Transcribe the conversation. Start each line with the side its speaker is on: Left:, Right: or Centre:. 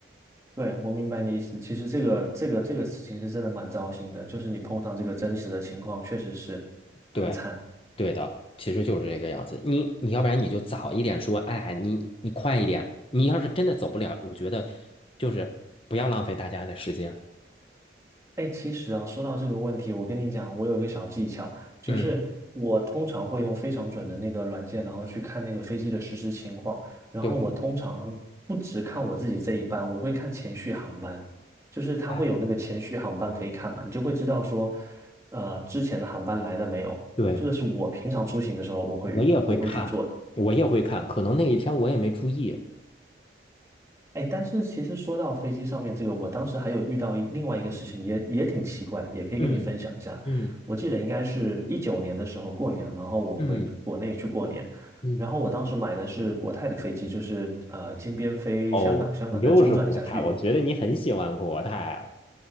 Right: 对，我明白你的意思。其实这个这个这个事情是真的蛮糟心的，就是你碰上这个真实的情况，确实是很惨。
Left: 对，对的，其实就是这个样子。你你要不然你就早一点说，哎，你你快一点。你要是真的走不了，我觉得就是不要浪费大家的时间。
Right: 哎，其实啊，说到这个问题，我跟你讲，我有一个小技巧，就是我通常会用非常准的那个软件，
Left: 嗯，
Right: 然后去看那个飞机的实时情况。然后我通常不只看我自己这一班，
Left: 对，
Right: 我会看前续航班，就是它会有那个前续航班可以看嘛，
Left: 哎，
Right: 你就会知道说，呃，之前的航班来了没有。
Left: 对。
Right: 这个是我平常出行的时候我会我会去做的。
Left: 我也会看，我也会看，可能那一天我也没注意。
Right: 哎，但是其实说到飞机上面这个，我当时还有遇到一另外一个事情也，也挺奇怪的，也可以跟你分享一下。
Left: 嗯嗯
Right: 我记得应该是一九年的时候过年，然后我回国内去过年，
Left: 嗯嗯。
Right: 然后我当时买的是国泰的飞机，就是呃金边飞香港，
Left: 哦，
Right: 香港再中转一下去。
Left: 你又是国泰，我觉得你很喜欢国泰啊。